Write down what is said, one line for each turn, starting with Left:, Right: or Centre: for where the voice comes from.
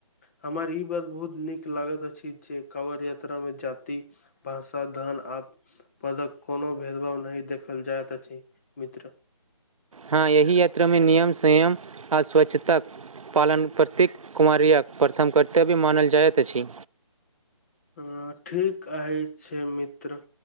Left: हमर ई बात बहुत नीक लागैत अछि जे काँवर यात्रामे जाति पर साधन आ पदक कोनो भेदभाव नहि देखल जाइत अछि मित्र
Right: हँ यही यात्रा में नियम संयम आ स्वच्छता पालन प्रतीक कुमारे प्रथम कर्तव्य मानल जाइत अछि
Left: हाँ ठीक आ छै मित्र